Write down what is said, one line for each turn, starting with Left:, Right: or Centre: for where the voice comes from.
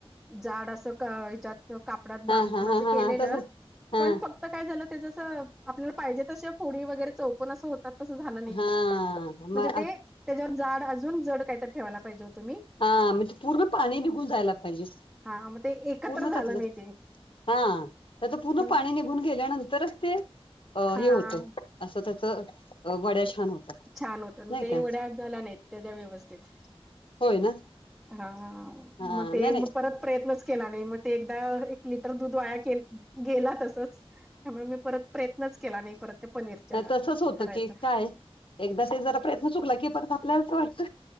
Centre: जाड असं का हयच्यातन कापडात बांधून
Left: हा हा हा
Centre: असं
Left: हा
Centre: केलेलं.
Left: हा तसच हा
Centre: पण फक्त काय झालं ते जसं, आपल्याला पाहिजे तश्या फोडी वगैरे चौकन अस होत तात. तसं झालं नई
Left: हा
Centre: ते,
Left: म
Centre: म्हणजे ते त्येज्यावर जाड अजून जड कायतर ठेवायला पाहिजे होत मी.
Left: हा, म ते पूर्ण पाणी नि घुण जायला पायजे.
Centre: हा मग ते एकत्र
Left: पूर्ण
Centre: झालं
Left: त्यातलं
Centre: नाही ते
Left: हा, त्याचं पुर्ण
Centre: म्हणजे
Left: पाणी निघू घुन गेल्यानंतरच ते, अ
Centre: हा
Left: हे होतं असं त्याचं अ, वड्या छान होतात.
Centre: छान होतात मग
Left: नाही
Centre: ते
Left: का.
Centre: एवढ्या झाल्या नाईत, त्याच्या व्यवस्थित.
Left: होय ना.
Centre: हा
Left: हा
Centre: म ते,
Left: नाही नाही
Centre: म परत प्रयत्नच केला नाही म ते एकदा, एक लिटर दूध वाया केल गेला तसच. त्यामुळं मी परत प्रयत्नच केला नाही परत ते पनीरच्या
Left: नाही तसंच होतं
Centre: करायचा
Left: की काय, एकदा ते जरा प्रयत्न चुकला की परत आपल्याला अस वाटत